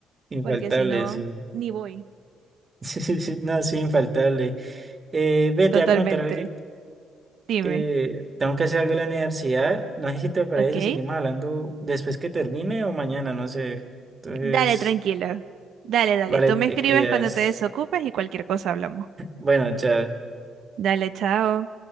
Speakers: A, on the right; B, on the right.
A: Infaltable,
B: Porque si no,
A: sí. <laughs>
B: ni voy.
A: Sí, sí, sí. No, sí, infaltable. Eh, ve, te
B: Totalmente.
A: voy a comentar algo.
B: Dime.
A: que tengo que hacer algo en la universidad. No sé si te parece,
B: ¿Ok?
A: seguimos hablando después que termine o mañana, no sé. Entonces,
B: Dale, tranquilo. Dale, dale.
A: vale,
B: Tú me
A: te
B: escribes
A: cuidas.
B: cuando te desocupes y cualquier cosa hablamos.
A: Bueno, chao.
B: Dale, chao.